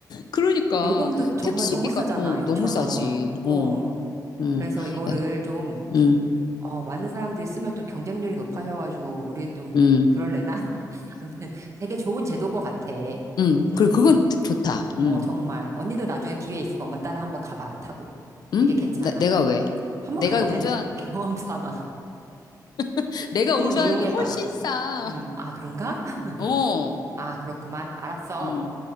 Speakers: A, on the left (about 70°); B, on the right (about 45°).
A: 그러니까
B: 요금도 정말
A: 택시비가
B: 너무 싸잖아,
A: 어
B: 6천
A: 너무 싸지.
B: 원.
A: 어,
B: 어.
A: 음,
B: 그래서 이거를
A: 야,
B: 좀
A: 음,
B: 어, 많은 사람들이 쓰면 또 경쟁률이 높아져가지고, 우리 좀,
A: 음,
B: 그럴래나? <laughs> 아무튼 되게 좋은 제도인 것 같아.
A: 음.
B: 음,
A: 그래 그건 좋다. 음,
B: 어, 정말. 언니도 나중에 기회 있으면 엄마 따라 한번 가봐, 타고.
A: 음.
B: 되게 괜찮아.
A: 나, 내가 왜?
B: 한번
A: 내가
B: 가봐,
A: 운전
B: 그냥 <laughs> 경험 삼아.
A: <laughs> 내가
B: 한번
A: 운전하는
B: 이용해봐.
A: 게 훨씬 싸.
B: 음, 아, 그런가? <laughs>
A: 어,
B: 아, 그렇구만. 알았어.
A: 음.